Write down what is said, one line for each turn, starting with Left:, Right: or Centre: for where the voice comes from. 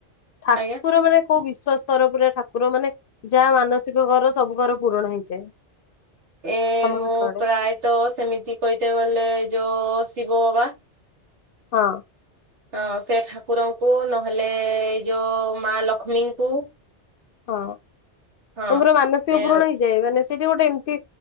Left: ଠାକୁର
Right: ଆଜ୍ଞା।
Left: ମାନେ କୋଉ ବିଶ୍ଵାସ୍ କର ପୁରା ଠାକୁର ମାନେ ଯା ମାନସିକ କର ସବୁ କର ପୂରଣ ହେଇଯାଏ?
Right: ଏ
Left: ତମ
Right: ମୁଁ
Left: ସେକଡେ
Right: ପ୍ରାୟତ ସେମିତି କହିତେ ଗଲେ ଯୋ ଓ ଶିବୋ ବା।
Left: ହଁ।
Right: ହଁ ସେ ଠାକୁରଙ୍କୁ ନହେଲେ ଏଇ ଯୋ ମା ଲକ୍ଷ୍ମୀଙ୍କୁ।
Left: ହଁ
Right: ହଁ
Left: ତମର ମାନସିକ
Right: ଏ
Left: ପୂୁରଣ ହେଇଯାଏ ମାନେ ସେଟି ଗୋଟେ ଏମତି